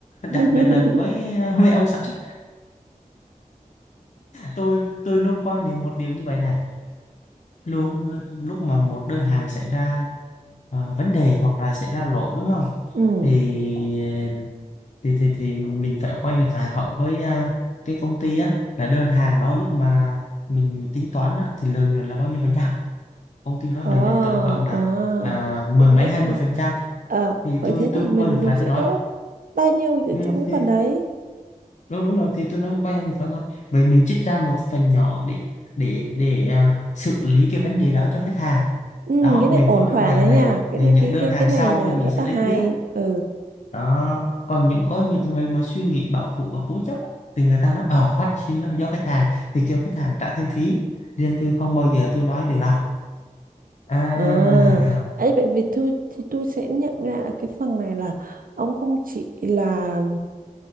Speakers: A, on the right (about 85°); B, on the left (about 60°).
A: <laughs>
B: đặc biệt là với <laughs> mấy ông sản xuất tôi tôi luôn quan niệm một điều như vậy này luôn lúc mà một đơn hàng xảy ra à, vấn đề hoặc là xảy ra lỗi đúng không
A: ừ
B: thì thì thì, thì mình phải quay ngược lại hỏi với à, cái công ty á là đơn hàng đó lúc mà mình tính toán á, thì lợi nhuận là bao nhiêu phần trăm công ty nó
A: ờ
B: lợi nhuận tầm khoảng
A: ờ
B: là à, mười
A: vậy
B: mấy
A: thế
B: hai
A: thì
B: mươi phần trăm
A: ờ
B: thì
A: vậy
B: tôi
A: thế
B: tôi
A: thì mình
B: quay ngược
A: mình
B: lại
A: sẽ
B: tôi nói
A: có bao nhiêu ở
B: ừ,
A: trong cái
B: thì
A: phần đấy
B: đúng, đúng rồi thì tôi nói quay ngược lại thôi vậy mình trích ra một phần nhỏ để để để à, xử lý cái vấn đề đó cho khách hàng
A: ừ,
B: đó
A: cái này
B: mình
A: ổn
B: có đơn
A: thỏa
B: hàng
A: đấy
B: này
A: nha cái
B: thì
A: này
B: những
A: cái
B: đơn
A: cái
B: hàng
A: cái này
B: sau
A: là
B: thì mình
A: rất
B: sẽ
A: là
B: lấy
A: hay
B: tiếp
A: ừ
B: đó còn những có những người mà suy nghĩ bảo thủ và cố chấp á, thì người ta nói ở phát sinh là do khách hàng thì kêu khách hàng trả thêm phí riêng tôi không bao giờ tôi nói điều đó à,
A: ờ ấy vậy thì tôi thì tôi sẽ nhận ra cái phần này là ông không chỉ là